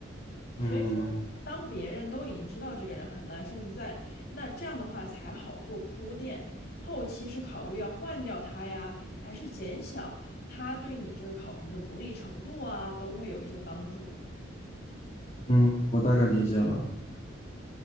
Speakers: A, on the left (about 55°); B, on the left (about 35°).
A: 所以说，
B: 嗯
A: 当别人都已经知道这个人很烂，甚至在那这样的话才好做铺垫，后期是考虑要换掉他呀，还是减小他对你这个考评的不利程度啊，都会有一些帮助。
B: 嗯，我大概理解了，